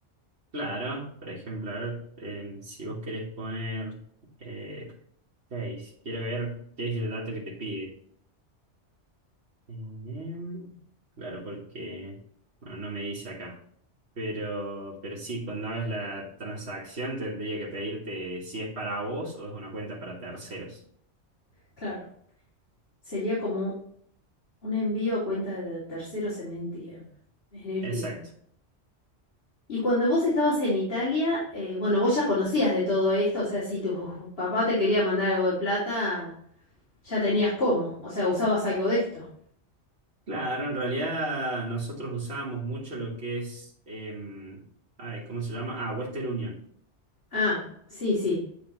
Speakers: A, on the right; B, on the left.
A: Claro, por ejemplo, a ver, em, si vos querés poner eh, 6, quiero ver qué es el dato que te pide. Em, claro, porque, bueno, no me dice acá. Pero, pero sí, cuando hagas la transacción tendría que pedirte si es para vos o es una cuenta para terceros.
B: Claro, sería como un envío a cuenta de terceros en AirTM. En AirTM.
A: Exacto.
B: Y cuando vos estabas en Italia, eh, bueno, vos ya conocías de todo esto, o sea, si tu papá te quería mandar algo de plata, ya tenías cómo, o sea, usabas algo de esto.
A: Claro, en realidad nosotros usábamos mucho lo que es, em, ay, ¿cómo se llama? Ah, Western Union.
B: Ah, sí, sí,